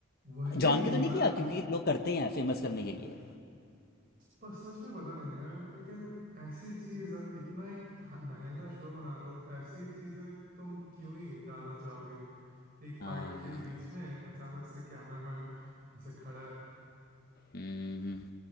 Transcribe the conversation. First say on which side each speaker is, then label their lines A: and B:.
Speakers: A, on the right; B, on the left.
A: वही
B: जान के तो नहीं
A: मैं
B: किया क्योंकि लोग करते हैं फेमस करने के लिए
A: प- सच में पता नहीं यार लेकिन ऐसी चीज इतना एक ह- महंगा शो बना रहे हो ऐसी चीजें तुम क्यों ही डालना चाहोगे एक फाइट
B: हाँ
A: के बीच में अचानक से कैमरामैन ऐसे खड़ा है
B: हम्म